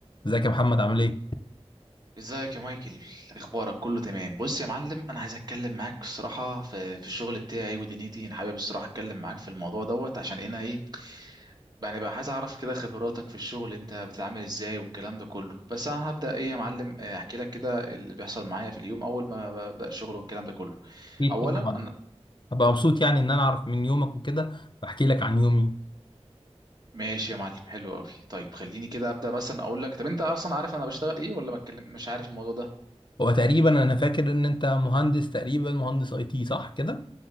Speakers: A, on the left (about 45°); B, on the right (about 35°).
A: ازيك يا محمد عامل ايه؟
B: ازيك يا مايكل اخبارك كله تمام بص يا معلم انا عايز اتكلم معاك الصراحه في في الشغل بتاعي ودنيتي انا حابب الصراحه اتكلم معاك في الموضوع دوت عشان انا ايه يعني بقى عايز اعرف كده خبراتك في الشغل انت بتتعامل ازاي والكلام ده كله بس انا هبدا ايه يا معلم اه، احكي لك كده اللي بيحصل معايا في اليوم اول ما ببدا الشغل والكلام ده كله
A: اكيد
B: اولا
A: الحمد طبعا
B: انا
A: هبقى مبسوط يعني ان انا اعرف من يومك وكده بحكي لك عن يومي
B: ماشي يا معلم حلو قوي طيب خليني كده ابدا مثلا اقول لك طب انت اصلا عارف انا بشتغل ايه ولا ما اتكلم مش عارف الموضوع ده
A: هو تقريبا انا فاكر ان انت مهندس تقريبا مهندس اي تي صح كده؟